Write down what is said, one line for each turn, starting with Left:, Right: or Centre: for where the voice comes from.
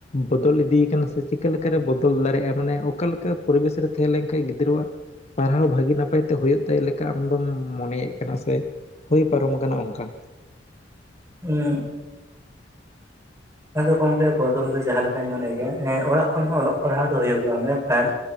Left: ᱵᱚᱫᱚᱞ ᱤᱫᱤ ᱠᱟᱱᱟ ᱥᱮ ᱪᱤᱠᱟᱹ ᱞᱮᱠᱟ ᱨᱮ ᱵᱚᱫᱚᱞ ᱫᱟᱲᱮ ᱟᱜ-ᱟ ᱢᱟᱱᱮ ᱚᱠᱟ ᱞᱮᱠᱟ ᱯᱚᱨᱤᱵᱮᱥ ᱨᱮ ᱛᱟᱦᱮᱸ ᱞᱮᱠᱷᱟ ᱜᱤᱫᱽᱨᱟᱹ ᱟᱜ ᱯᱟᱲᱦᱟᱣ ᱵᱷᱟᱹᱜᱤ ᱱᱟᱯᱟᱭ ᱛᱮ ᱦᱩᱭᱩᱜ ᱛᱟᱭ ᱞᱮᱠᱟ ᱟᱢ ᱫᱚᱢ ᱢᱚᱱᱮ ᱮᱫ ᱠᱟᱱᱟ ᱥᱮ ᱦᱩᱭ ᱯᱟᱨᱚᱢ ᱠᱟᱱᱟ ᱚᱱᱠᱟ
Right: ᱦᱩᱸ ᱟᱫᱚ ᱜᱚᱝᱠᱮ ᱯᱨᱚᱛᱷᱚᱢ ᱫᱚ ᱡᱟᱦᱟᱸ ᱞᱮᱠᱟᱧ ᱢᱚᱱᱮᱭ ᱜᱮᱭᱟ ᱮ ᱚᱲᱟᱜ ᱠᱷᱚᱱ ᱦᱚᱸ ᱚᱞᱚᱜ ᱯᱟᱲᱦᱟᱣ ᱫᱚ ᱦᱩᱭᱩᱜ ᱚᱜ-ᱟ ᱢᱮᱱᱠᱷᱟᱱ